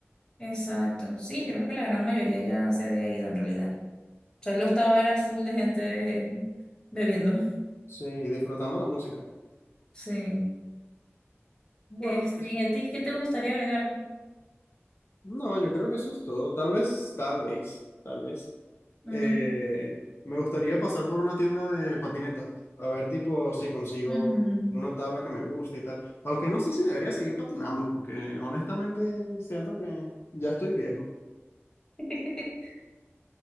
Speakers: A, on the left; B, on the left.
A: Exacto. Sí, yo creo que la gran mayoría ya se había ido en realidad. Solo estaba era full de gente bebiendo. <laughs>
B: Sí, y disfrutando la música.
A: Sí.
B: Bueno,
A: Este,
B: eso,
A: ¿y a ti qué te gustaría agregar?
B: no, yo creo que eso es todo. Tal vez, tal vez, tal vez.
A: Ujú,
B: Eh, me gustaría pasar por una tienda de patinetas, a ver tipo si consigo
A: ujú.
B: una tabla que me guste y tal. Aunque no sé si debería seguir patinando, porque honestamente siento que ya estoy viejo.
A: <laughs>